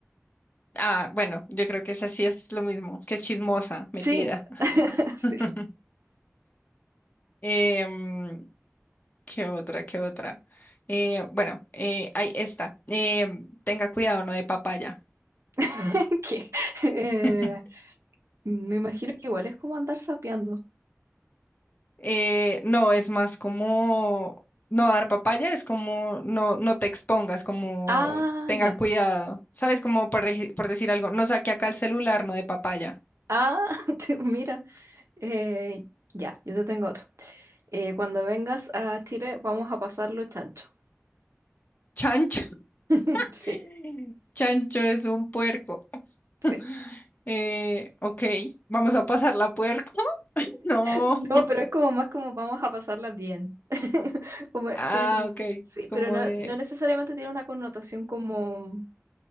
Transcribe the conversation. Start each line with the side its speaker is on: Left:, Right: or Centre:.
Left: Ah, bueno, yo creo que esa sí es lo mismo, que es chismosa, metida.
Right: Sí, <laughs> sí.
Left: <laughs> Em, ¿qué otra? ¿Qué otra? Eh, bueno, eh, hay esta. Em, tenga cuidado, no de papaya.
Right: <laughs> que, eh,
Left: <laughs>
Right: me imagino que igual es como andar sapeando.
Left: Eh, no, es más como no dar papaya, es como no, no te expongas, como
Right: Ah,
Left: tenga
Right: ya.
Left: cuidado. ¿Sabes? Como por, dej- por decir algo, no saque acá el celular, no de papaya.
Right: Ah, <laughs> te- mira. Eh, ya, yo te tengo otro. Eh, cuando vengas a Chile vamos a pasarlo chancho.
Left: Chancho.
Right: <laughs> Sí,
Left: <laughs> Chancho es un puerco.
Right: sí.
Left: <laughs> Eh, ok, vamos a pasar la puerco. <laughs> No.
Right: No, pero es como más como vamos a pasarla bien. <laughs> Como,
Left: Ah,
Right: tiene como...
Left: ok,
Right: Sí,
Left: como
Right: pero no,
Left: de...
Right: no necesariamente tiene una connotación como